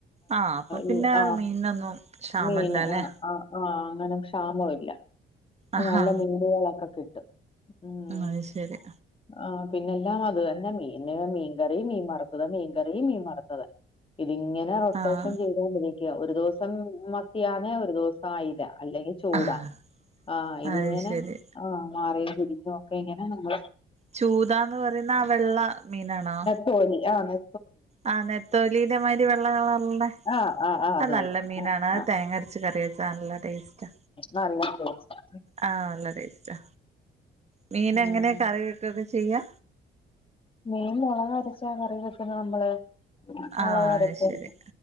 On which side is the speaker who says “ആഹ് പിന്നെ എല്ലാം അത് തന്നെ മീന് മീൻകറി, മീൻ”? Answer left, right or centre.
Left